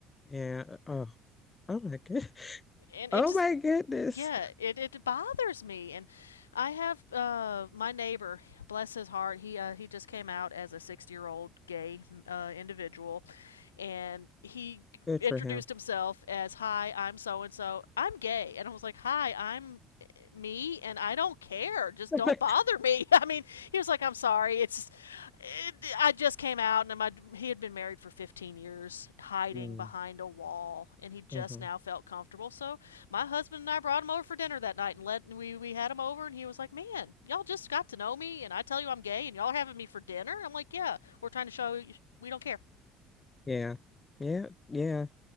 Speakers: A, on the left (about 25°); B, on the left (about 80°).
A: Yeah. Oh. Oh my good. <laughs>
B: and it
A: Oh
B: just
A: my goodness.
B: Yeah, it it bothers me, and I have uh my neighbor, bless his heart, he uh he just came out as a 60-year-old gay uh individual, and he
A: Good
B: introduced
A: for him.
B: himself as, "Hi, I'm so and so. I'm gay." And I was like, "Hi, I'm eh, me and I don't care. Just
A: <laughs>
B: don't bother me." <laughs> I mean, he was like, "I'm sorry. It's it, I just came out and my he had been married for 15 years, hiding
A: Mm,
B: behind a wall, and he just
A: mhm.
B: now felt comfortable." So, my husband and I brought him over for dinner that night and let and we we had him over and he was like, "Man, y'all just got to know me and I tell you I'm gay and y'all are having me for dinner." I'm like, "Yeah, we're trying to show you we don't care."
A: Yeah. Yeah. Yeah.